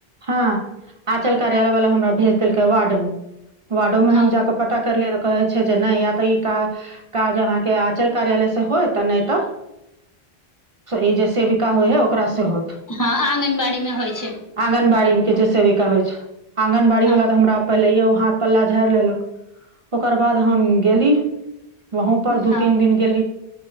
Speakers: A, on the right; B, on the left.
A: हँ आचल कार्यालय वाला हमरा भेज देल वार्ड मे वार्डो में हम
B: ओ
A: जााकऽ पता कर लिय त कै छथि या तऽ ई काजहाँके के आचल कार्यालय से होय तऽ नहि तऽ ई जे सेविका होइ है ओकरास से होत
B: हँ आंगनबाड़ी मे होइ छै
A: आङगनबाड़ी जे सेविका होइ छै आंगनबाड़ी
B: हँ
A: वला तऽ हमरा पहिलेयौ हाथ पल्ला झाड़ि लेलक ओकर बाद हम गेली वहुँ पर दु-
B: हँ
A: तीन दिन गेली